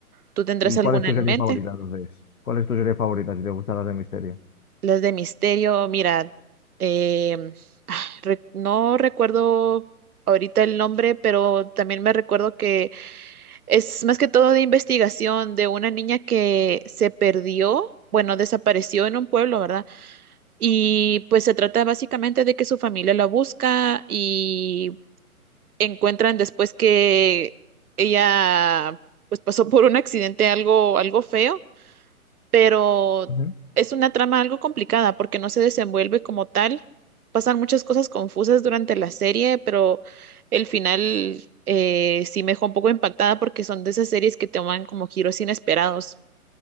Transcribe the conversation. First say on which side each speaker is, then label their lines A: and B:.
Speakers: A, on the right; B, on the left.
A: ¿Tú tendrás
B: ¿Y
A: alguna
B: cuál es tu
A: en
B: serie
A: mente?
B: favorita entonces? ¿Cuál es tu serie favorita si te gustan las de misterio?
A: Las de misterio, mira, em, ah, re- no recuerdo ahorita el nombre, pero también me recuerdo que es más que todo de investigación de una niña que se perdió, bueno, desapareció en un pueblo, ¿verdad? Y pues se trata básicamente de que su familia la busca y encuentran después que ella pues pasó por un accidente algo, algo feo pero
B: Ujú.
A: es una trama algo complicada porque no se desenvuelve como tal. Pasan muchas cosas confusas durante la serie, pero el final eh, sí me dejó un poco impactada porque son de esas series que toman como giros inesperados.